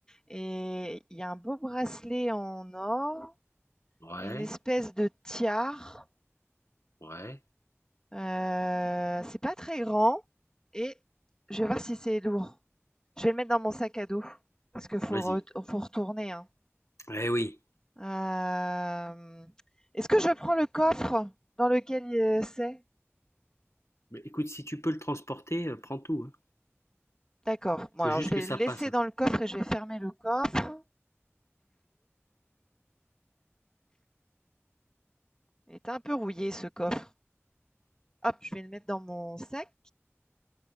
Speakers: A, on the left (about 15°); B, on the left (about 75°).
A: Et il y a un beau bracelet en or.
B: Ouais,
A: Une espèce de tiare,
B: ouais.
A: heu, c'est pas très grand et je vais voir si c'est lourd. Je vais le mettre dans mon sac à dos parce qu'il faut
B: Vas-y.
A: ret faut retourner, hein.
B: Eh oui.
A: Hem, est-ce que je prends le coffre dans lequel, heu, c'est?
B: Mais écoute, si tu peux le transporter, euh, prends tout. hein.
A: D'accord. Bon
B: Faut
A: alors
B: juste
A: je vais
B: que ça
A: le laisser
B: passe. hein.
A: dans le coffre et je vais fermer le coffre. Il est un peu rouillé ce coffre. Hop, je vais le mettre dans mon sac.